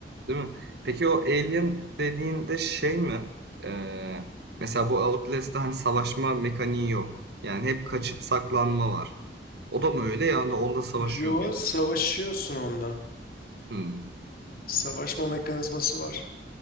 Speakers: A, on the right; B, on the left.
A: değil mi? Peki o Alien dediğinde şey mi? Eee, mesela bu Outlast'ta hani savaşma mekaniği yok. Yani hep kaçıp saklanma var. O da mı öyle? Yani onda savaşıyor
B: Yo
A: muydu?
B: savaşıyorsun onda.
A: Hımm,
B: Savaşma mekanizması var.